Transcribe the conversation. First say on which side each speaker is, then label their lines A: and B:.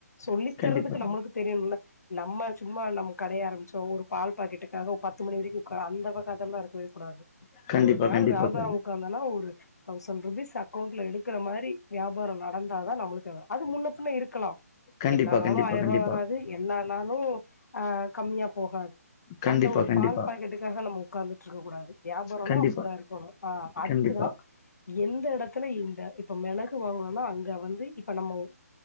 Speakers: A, on the left (about 75°); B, on the left (about 20°).
A: சொல்லி
B: கண்டிப்பா
A: தரதுக்கு
B: தோழி
A: நம்மளுக்கு தெரியுனுல நம்ம சும்மா நம்ம கடைய ஆரம்பிச்சோ ஒரு பால் பாக்கெட்டுக்காக பத்து மணி வரைக்கு உக்கார அந்த கத எல்லா இருக்கவே கூடாது
B: கண்டிப்பா
A: ஒரு நாள்
B: கண்டிப்பா
A: வியாபாரம்
B: தோழி
A: உட்காந்தனா ஒரு தௌசண்ட் ருபீஸ் அக்கௌண்ட்ல எடுக் கிற மாரி வியாபாரம் நடந்தாதா நம்மளுக்கு ஆகு அது முன்ன பின்ன இருக்கலா
B: கண்டிப்பா
A: எல்லா நாளு
B: கண்டிப்பா
A: ஆயிரூபா
B: கண்டிப்பா
A: வராது எல்லா நாளு ஆ கம்மியா போகாது
B: கண்டிப்பா
A: அந்த ஒரு
B: கண்டிப்பா
A: பால் பாக்கெட்டுக் அதுக்காக நம்ம உட்காந்துட்ருக்க கூடாது வியாபாரோனா
B: கண்டிப்பா
A: அப்டிதா இருக்கணு ஆ அதுக்குதா
B: கண்டிப்பா.
A: எந்த எடத்துல இந்த இப்ப மெளகு வாங்கலானா அங்க வந்து இப்ப நம்ம